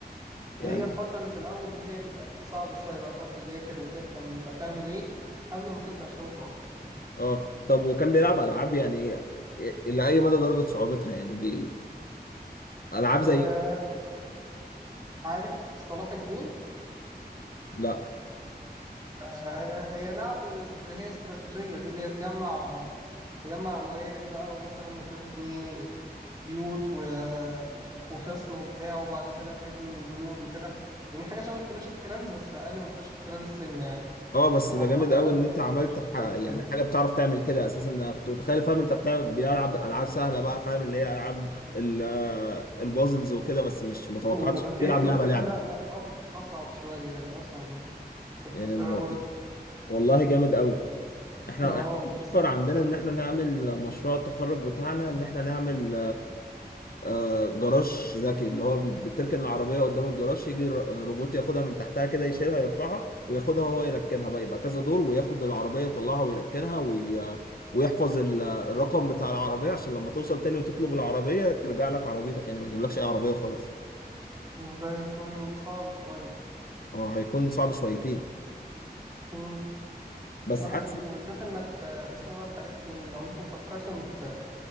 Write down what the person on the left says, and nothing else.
يعني
اه طب وكان بيلعب العاب يعني الى اي مدى درجه صعوبتها يعني بي... العاب
زي
لا
اه بس
ده جامد قوي
ان
انت عملت
ح...
يعني
حاجه بتعرف تعمل كده اساسا انا كنت متخيل فاهم انت بتعمل بيلعب العاب سهله بقى فاهم اللي هي العاب ال- آه، البازلز وكده بس مش متوقعتش
بيلعب لعبه
لعبه
يعني
والله جامد قوي احنا
احنا بنفكر
عندنا ان احنا نعمل مشروع التخرج بتاعنا ان احنا نعمل آه، جراج ذكي اللي هو بي- بتركن العربية قدام الجراج يجي ر- روبوت ياخدها من تحتها كده يشيلها يرفعها وياخدها هو يركنها بقى يبقى كذا دور وياخد العربية يطلعها ويركنها وي... ويحفظ ال- الرقم بتاع العربية عشان لما توصل تاني وتطلب العربية ترجع لك عربيتك يعني ما يجيبلكش اي عربية وخلاص
اه هيكون صعب شويتين
بس
حاسس